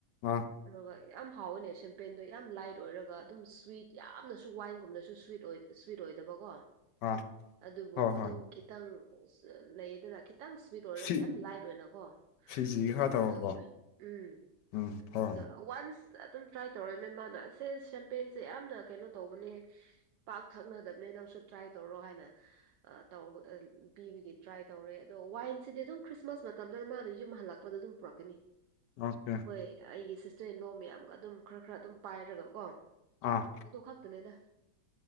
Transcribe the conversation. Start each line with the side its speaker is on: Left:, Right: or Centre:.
Left: ꯑꯥ
Right: ꯑꯗꯨꯒ ꯌꯥꯝ ꯍꯥꯎꯋꯦꯅꯦ ꯁꯦꯝꯄꯄꯦꯟꯗꯣ ꯌꯥꯝ ꯂꯥꯏꯠ ꯑꯣꯏꯔꯒ ꯑꯗꯨꯝ ꯁꯨꯋꯤꯠ ꯌꯥꯝ ꯑꯗꯨꯅꯁꯨ ꯋꯥꯏꯟꯒꯨꯝꯅꯁꯨ ꯁꯨꯋꯤꯠ ꯁꯨꯋꯤꯠ ꯑꯣꯏꯗꯕꯀꯣ
Left: ꯑꯥ
Right: ꯑꯗꯨꯕꯨ
Left: ꯍꯣꯏ
Right: ꯑꯗꯨꯝ
Left: ꯍꯣꯏ
Right: ꯈꯤꯇꯪ ꯂꯩꯌꯦꯗꯅ ꯈꯤꯇꯪ ꯁꯨꯋꯤꯠ ꯑꯣꯏꯔꯒ
Left: ꯐꯤ
Right: ꯌꯥꯝ ꯂꯥꯏꯠ ꯑꯣꯏꯅꯀꯣ
Left: ꯐꯤꯖꯤ ꯈꯔ
Right: ꯑꯃꯥꯔꯛ
Left: ꯇꯧꯔꯀꯣ
Right: ꯊꯥꯛꯈꯔꯦ ꯎꯝ
Left: ꯎꯝ ꯍꯣꯏ
Right: ꯑꯗꯥ
Left: ꯍꯣꯏ
Right: ꯋꯥꯟꯁ ꯑꯗꯨꯝ ꯇ꯭ꯔꯥꯏ ꯇꯧꯔꯛꯏꯃꯤ ꯃꯥꯅ ꯁꯦ ꯁꯦꯝꯄꯦꯟꯁꯦ ꯌꯥꯝꯅ ꯀꯩꯅꯣ ꯇꯧꯕꯅꯦ ꯄꯥꯛ ꯊꯛꯅꯗꯕꯅꯦ ꯅꯪꯁꯨ ꯇ꯭ꯔꯥꯏ ꯇꯧꯔꯣ ꯍꯥꯏꯅ ꯇꯧ ꯄꯤꯕꯒꯤ ꯇ꯭ꯔꯥꯏ ꯇꯧꯔꯦ ꯑꯗꯣ ꯋꯥꯏꯟꯁꯤꯗꯤ ꯑꯗꯨꯝ ꯈ꯭ꯔꯤꯁꯃꯥꯁ ꯃꯇꯝꯗꯅ ꯃꯥꯅ ꯌꯨꯝ ꯍꯜꯂꯛꯄꯗ ꯑꯗꯨꯝ ꯄꯨꯔꯛꯀꯅꯤ
Left: ꯑꯣꯀꯦ
Right: ꯍꯣꯏ ꯑꯩꯒꯤ ꯁꯤꯁꯇꯔ ꯂꯣ ꯃꯌꯥꯝꯒ ꯑꯗꯨꯝ ꯈꯔ ꯈꯔ ꯑꯗꯨꯝ ꯄꯥꯏꯔꯒ ꯀꯣ
Left: ꯑꯥ
Right: ꯇꯣ ꯈꯥꯛꯛꯇꯅꯦꯗ